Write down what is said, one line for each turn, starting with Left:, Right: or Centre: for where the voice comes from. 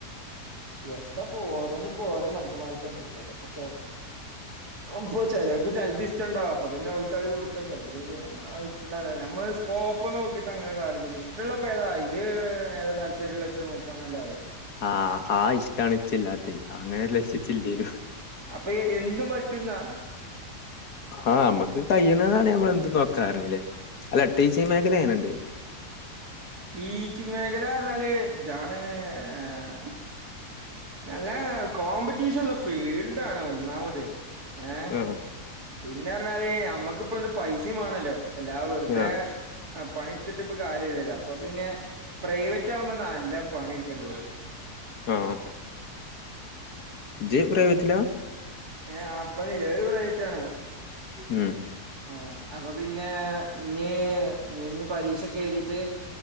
Right: എത്താപ്പോ ഓരോന്ന് പോ ഓരോ മൻസന്മാര്ക്ക് അൻസരിച്ചല്ലേ. പുച്ചേ അഹ്പ്പോ ചെലർക്ക് ചെൽത് ഇഷ്ടണ്ടാവും അപ്പൊ പിന്നെ ഓല്ക്ക് അത് കൊടുക്കാ <unintelligible> ഇഷ്ടണ്ടാവുല്ല നമ്മള് സ്കോപ്പ് നോക്കിയിട്ട് അങ്ങനെ കാര്യല്ല. ഇഷ്ടള്ളപ്പോ ഏതാ അയില് ഏതാ താല് <unintelligible> നോക്കാന്നല്ലാതെ.
Left: ആഹ് ആ ഇഷ്ടാണ് ഇച്ച് ഇല്ലാത്തെ അങ്ങനെ ലക്ഷ്യ ഇച്ചില്ലേനു.
Right: അപ്പൊ എന്തും പറ്റുന്നാ?
Left: ആഹ് മ്മക്ക് കയ്യുന്നതാണെ ഞമ്മൾ എന്തും നോക്കാ പറഞ്ഞില്ലേ. അല്ല ടീച്ചേ മേഖല എങ്ങനെണ്ട്?
Right: ടീച്ചിങ് മേഖല ർഞ്ഞാല് താണ് ഹേ നല്ല കോമ്പറ്റീഷൻ ഉള്ള ഫീൽഡ് ആണ് ഒന്നാമത് ഏഹ്
Left: ആഹ്
Right: പിന്നെ ർഞ്ഞാല് നമ്മക്ക്പ്പോ എന്ത് പൈസിം വേണല്ലോ എല്ലാ വെർതെ
Left: ആഹ്
Right: ആ പണി ട്ത്തിട്ട് പ്പൊ കാര്യല്ലല്ലോ അപ്പൊ പിന്നെ പ്രൈവറ്റ് ആവുമ്പോ നല്ല പണിട്ക്കേണ്ടി വരും.
Left: ആഹ് ഇജ്ജ് പ്രൈവറ്റ്ല?
Right: ഏഹ് ആഹ് പ്പ നിലവില് പ്രൈവറ്റ് ആണ്.
Left: ഉം
Right: ആ അപ്പൊ പിന്നെ ഞ്ഞി ഞ്ഞ് പരീക്ഷൊക്കെ എഴ്തിട്ട്